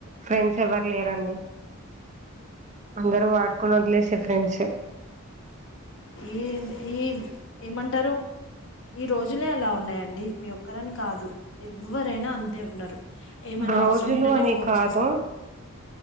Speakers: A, on the right; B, on the left.
A: ఫ్రెండ్స్ ఎవర్ లేరండి అందరు వాడ్కొని ఒదిలేసె ఫ్రెండ్సే
B: ఎ ఈమ్ ఏమంటరు ఈ రోజులే అలా ఉన్ న్నాయండి మీ ఒక్కరని కాదు ఎవ్వరైనా అంతే ఉన్నరు ఏమైన
A: రోజులు
B: ఔస్రం ఉంటెనే
A: అని
B: ఫోన్
A: కాదు
B: చేస్తరు